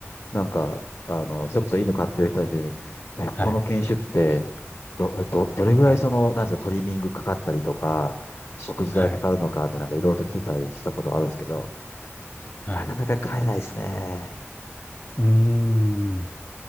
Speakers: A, on the left (about 60°); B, on the left (about 40°).
A: なんか、あの、それこそ犬飼ってる人たちに、え、
B: はい、
A: この犬種って、ど、ど、どれぐらいその、
B: はい、
A: なんですか、トリミングかかったりとか、食事代かかるのかってなんかいろいろと聞いたりしたことあるんですけど、
B: はい、はい。
A: なかなか買えないですね。
B: うーん。